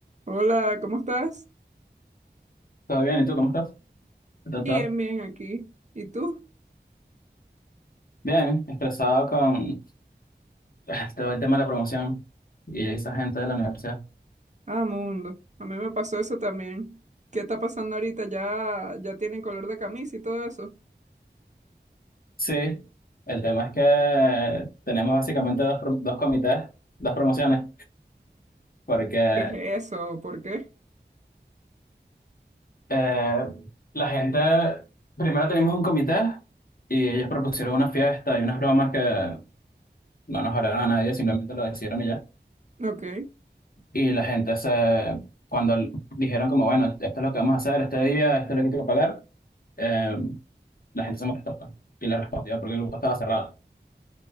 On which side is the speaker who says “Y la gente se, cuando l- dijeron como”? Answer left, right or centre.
Left